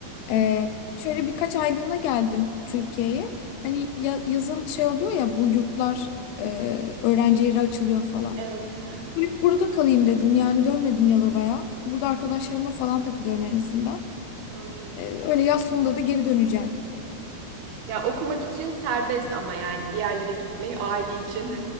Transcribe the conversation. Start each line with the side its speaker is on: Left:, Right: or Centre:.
Left: Ee,
Right: Hı,
Left: şöyle birkaç aylığına geldim Türkiye'ye. Hani ya- yazın şey oluyor ya bu yurtlar e, öğrencilere açılıyor falan.
Right: Evet, aha,
Left: Hep burada kalayım dedim. Yani dönmedim Yalova'ya. Burada arkadaşlarımla falan takılıyorum en azından.
Right: anladım.
Left: Ee, öyle yaz sonunda da geri döneceğim.
Right: Ya okumak için serbest ama yani bir yerlere gitmek aile için.